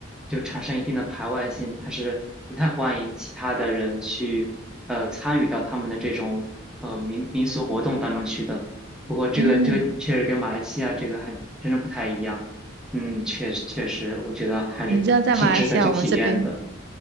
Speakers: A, in the centre; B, on the right.
A: 就产生一定的排外性，他是不太欢迎其他的人去呃参与到他们的这种呃民民俗活动当中去的。不过这个这个确实跟马来西亚这个还真的不太一样，
B: 嗯，
A: 嗯，确实确实，我觉得还是挺值得去体验的，
B: 你知道在马来西亚我们这边，